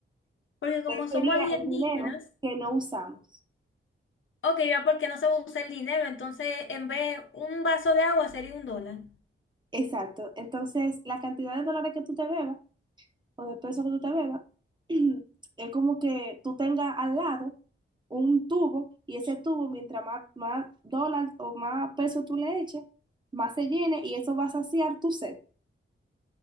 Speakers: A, on the left; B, on the right.
A: Porque como
B: que
A: somos
B: sería
A: alienígenas,
B: el dinero que no usamos.
A: Ok, ya porque no se usa el dinero, entonces en vez un vaso de agua sería un dólar.
B: Exacto. Entonces, la cantidad de dólares que tú te bebas o después de todo eso que tú te bebas, <clears throat> es como que tú tengas al lado un tubo y ese tubo, mientras más, más dólar o más peso tú le eches, más se llene y eso va a saciar tu sed.